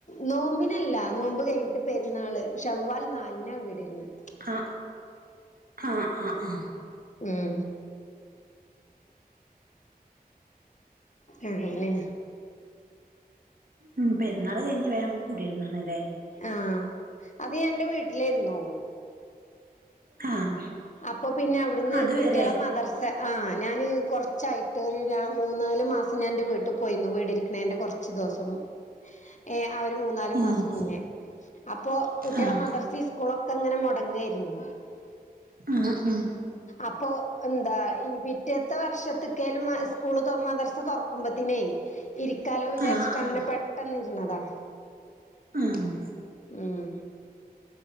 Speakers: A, on the left (about 50°); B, on the right (about 65°).
A: നോമ്പിനല്ല നോമ്പ് കഴിഞ്ഞിട്ട് പെരുന്നാള് ഷവ്വാൽ നാലിനാ വീട്ര്ന്ന്
B: ആഹ് ആഹ് ആഹ് ആഹ്
A: ഉം ഏ ഇല്ലേ
B: ഉം പെരുന്നാൾ കഴിഞ്ഞ് വേഗം കുടിയിരുന്നാണല്ലേ.
A: ആഹ് അത് ഞാനിന്റെ വീട്ടിലരുന്നു
B: ആഹ്
A: അപ്പൊ പിന്നെ അവിടുന്ന്
B: അതുവരെ
A: കുട്ട്യാളെ മദർ സ് ആ ഞാാന് കുറച്ചായിട്ട് ഒരു ര മൂന്നാല് മാസം ഞാൻ ന്റെ വീട്ടിൽ പോയിരുന്നു വീടിരിക്കണേ ന്റെ കുറച്ച് ച്ചു ദിവസം ഏ ആ ഒരു മൂന്നാല്
B: ഉം
A: മാസം മുന്നേ അപ്പോ കുട്ട്യാളെ
B: ആഹ്
A: മദർസീ സ്കൂളൊക്കെ അങ്ങനെ മുടങ്ങായിരുന്നു.
B: ആ ഉം
A: അപ്പൊ എന്താ ഇനി പിറ്റേത്തെ വർഷത്ത്ക്കേലും മ സ്കൂള് തൊർ മദ്റസ് സ് തുറക്കുമ്പോത്തിനേ ഇരിക്കാലോ വിചാരിച്ചിട്ട്
B: ആഹ് ആഹ്
A: അങ്ങനെ പെട്ടെന്ന് ഇരുന്നതാ
B: ആഹ്
A: ഉം